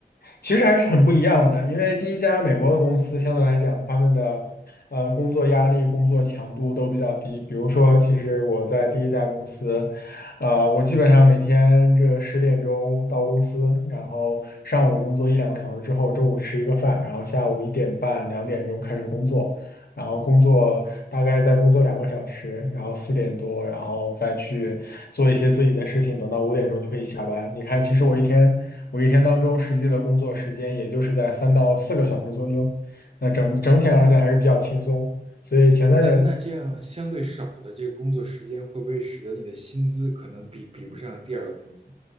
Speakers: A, on the left; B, on the right.
A: 其实还是很不一样的，因为第一家美国的公司相对来讲，他们的呃工作压力、工作强度都比较低。比如说，其实我在第一家公司，呃，我基本上每天这个十点钟到公司，然后上午工作一两个小时之后，中午吃一个饭，然后下午一点半、两点钟开始工作，然后工作大概再工作两个小时，然后四点多，然后再去做一些自己的事情，等到五点钟就可以下班。你看，其实我一天。我一天当中实际的工作时间也就是在三到四个小时左右，那整整体上来讲还是比较轻松。所以前三年。
B: 那那这样相对少的这个工作时间，会不会使得你的薪资可能比比不上第二个公司？